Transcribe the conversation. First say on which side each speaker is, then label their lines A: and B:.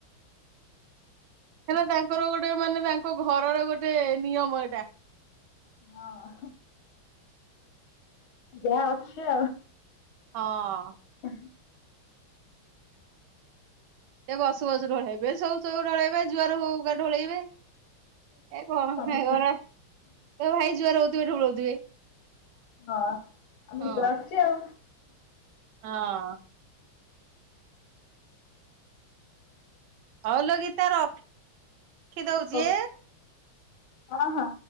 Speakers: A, on the right; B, on the left.
A: କ ତାଙ୍କର ଗୋଟେ ମାନେ ତାଙ୍କ ଘରର ଗୋଟେ ନିୟମ ଏଇଟା
B: ହଁ ଯା ଅକ୍ଷୟ
A: ହଁ।
B: ହ
A: ଏ ବସୁ ବସ ଢୋଳେଇବେ ସବୁ ସବୁ ଢଳେଇବେ ଜୁଆର ହଉା ଢୋଳେଇବେ ଏ କଣ
B: ସବୁବେଳେ।
A: ଭ କର ତ ଭାଇ ଯୁଆ ରହୁଥିବେ ଠୁ ରଉଥିବେ
B: ହଁ ଆ ନିଦଆସୁଛି
A: ହଁ
B: ଆଉ
A: ହଁ। ହଉଲ ଗିତା ର ରଖି ଦଉଛି।
B: ହଉ ହଁ ହଁ।